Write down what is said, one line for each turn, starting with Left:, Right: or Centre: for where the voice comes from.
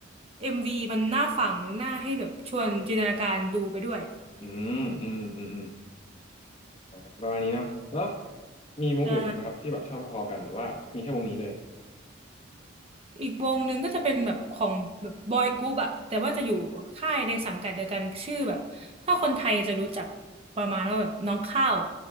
Right: เอ็มวีมันน่าฟังน่าให้แบบชวนจินตนาการดูไปด้วย
Left: อืมอืมอืมอืมอ่าประมาณนี้เนาะแล้วมีวงอื่นอีกไหมครับที่แบบชอบพอๆกันหรือว่ามีแค่วงนี้เลย
Right: ใช่อีกวงหนึ่งก็จะเป็นแบบของแบบบอยกรุ๊ปอ่ะแต่ว่าจะอยู่ค่ายในสังกัดเดียวกันชื่อแบบถ้าคนไทยจะรู้จักประมาณว่าแบบน้องข้าว